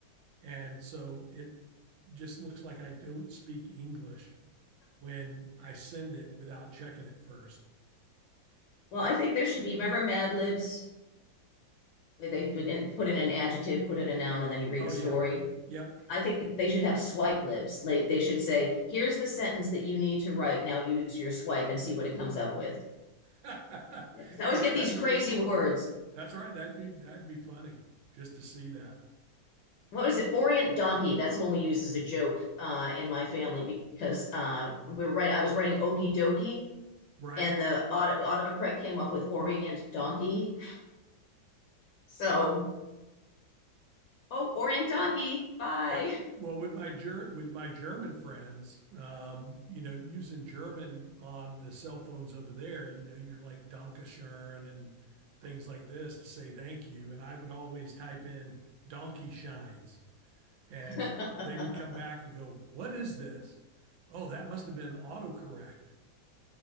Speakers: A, on the right; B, on the left.
A: And so it just looks like I don't speak English when I send it without checking it first.
B: Well, I think there should be. Remember Mad Libs? where they put in an adjective, put in a noun, and then you read
A: Oh
B: the story.
A: yeah. Yep.
B: I think they should have swipe libs. Like, They should say, here's the sentence that you need to write. Now use your swipe and see what it comes up with.
A: <laughs>
B: Because I always
A: Yeah,
B: get
A: that
B: these
A: would
B: crazy
A: be
B: words.
A: that's all right. That'd be that'd be funny just to see that.
B: What was it? Orient donkey. That's the one we use as a joke uh, in my family because uh, we're right. I was writing okey dokie,
A: Right?
B: and the auto autocorrect came up with Orient donkey. So, oh, Orient donkey. Bye.
A: Yep.
B: <laughs>
A: Well, with my Ger with my German friends, um, you know, using German on the cell phones over there, you know, you're like Dankeschön and things like this to say thank you. And I would always type in donkey shines. and
B: <laughs>
A: they would come back and go, "What is this?" Oh, that must have been autocorrect.